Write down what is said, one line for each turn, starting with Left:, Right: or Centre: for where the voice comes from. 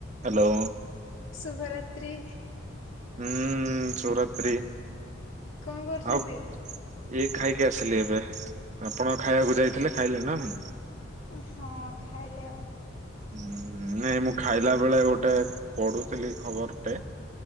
Right: Hello
Left: ଶୁଭ ରାତ୍ରି।
Right: ହୁଁ ଶୁଭରାତ୍ରି।
Left: କଣ କରୁଛନ୍ତି?
Right: ଆଉ ଏ ଖାଇକି ଆସିଲି ଏବେ। ଆପଣ ଖାଇବାକୁ ଯାଇଥିଲେ ଖାଇଲେ ନା ନାଇ?
Left: ହଁ ଖାଇଲୁ।
Right: ହୁଁ ନାଇଁ ମୁଁ ଖାଇଲା ବେଳେ ଗୋଟେ ପଢୁଥିଲି ଖବରଟେ